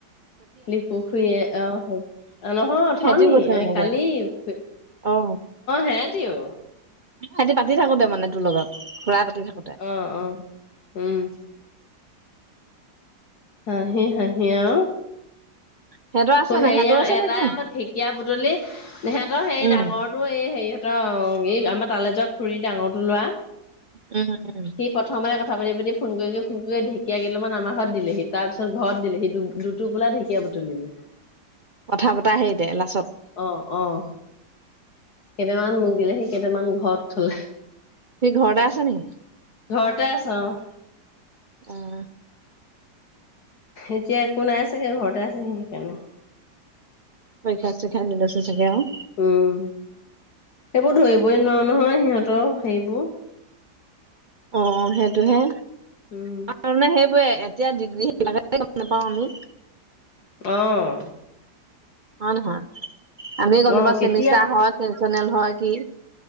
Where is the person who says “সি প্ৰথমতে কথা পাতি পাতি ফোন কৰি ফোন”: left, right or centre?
Left